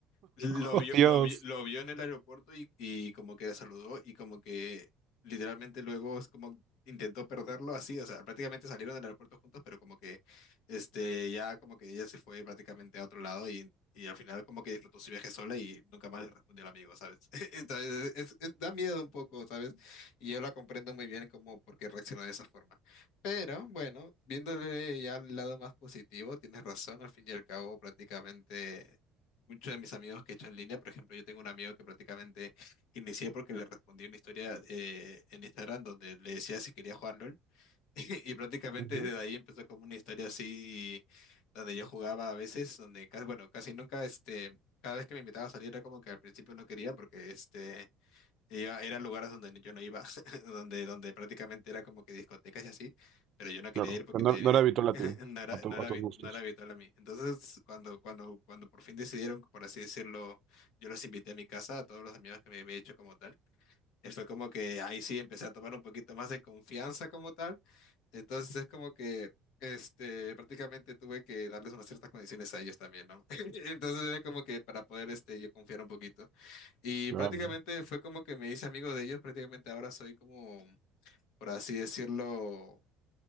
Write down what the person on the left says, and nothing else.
Lo
vio,
lo vio, lo vio en el aeropuerto y, y como que la saludó y como que literalmente luego es como intentó perderlo así, o sea, prácticamente salieron del aeropuerto juntos, pero como que este ya como que ella se fue prácticamente a otro lado y, y al final como que disfrutó su viaje sola y nunca más le respondió al amigo, ¿sabes? <laughs> Entonces es- es- da miedo un poco, ¿sabes? Y yo la comprendo muy bien como por qué reaccionó de esa forma. Pero bueno, viéndole ya el lado más positivo, tienes razón, al fin y al cabo prácticamente... Muchos de mis amigos que he hecho en línea, por ejemplo, yo tengo un amigo que prácticamente inicié porque le respondí una historia eh, en Instagram donde le decía si quería jugar LOL. <laughs> Y prácticamente
desde ahí empezó como una historia así donde yo jugaba a veces, donde casi, bueno, casi nunca, este, cada vez que me invitaba a salir era como que al principio no quería porque este Iba, eran lugares donde yo no iba, <laughs> donde, donde prácticamente era como que discotecas y así, pero yo no quería
ir porque
te-
<laughs>
no era,
no era,
habi-
no era habitual a mí. Entonces, cuando, cuando, cuando por fin decidieron, por así decirlo, yo los invité a mi casa, a todos los amigos que me había hecho como tal, y fue como que ahí sí empecé a tomar un poquito más de confianza como tal. Entonces es como que... Este, prácticamente tuve que darles unas ciertas condiciones a ellos también, ¿no? <laughs> Entonces era como que para poder, este, yo confiar un poquito. Y
prácticamente fue como que me hice amigo de ellos, prácticamente ahora soy como, por así decirlo,